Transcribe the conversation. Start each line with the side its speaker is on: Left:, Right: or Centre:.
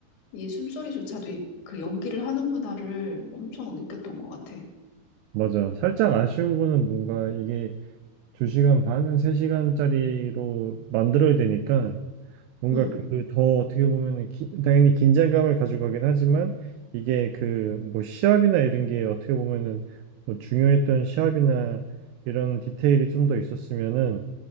Left: 이 숨소리조차도 이- 그 연기를 하는구나를 엄청 느꼈던 것 같아.
Right: 맞아. 살짝 아쉬운 거는 뭔가 이게 2시간 반은 3시간짜리로 만들어야 되니까 뭔가
Left: 응,
Right: 그 더 어떻게 보면은 기- 당연히 긴장감을 가져가긴 하지만 이게 그 뭐 시합이나 이런 게 어떻게 보면은 뭐 중요했던 시합이나 이런 디테일이 좀 더 있었으면은